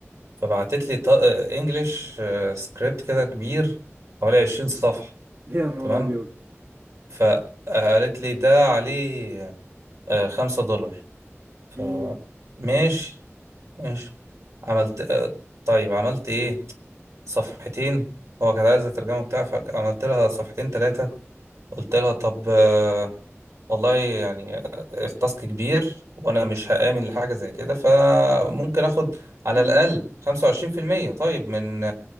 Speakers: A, on the right; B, on the right.
A: فبعتت لي انجلش سكريبت كده كبير حوالي 20 صفحة
B: يا نهار
A: تمام
B: ابيض
A: فقالت لي ده عليه آه، 5 دولار فماشي
B: مم.
A: ماشي عملت آه، طيب عملت ايه صفحتين هو كان عايز الترجمة بتاعها فعملت لها صفحتين ثلاثة قلت لها طب آه، والله يعني التاسك كبير وانا مش هآمن لحاجه زي كده فممكن اخد على
B: لا،
A: الاقل 25% طيب من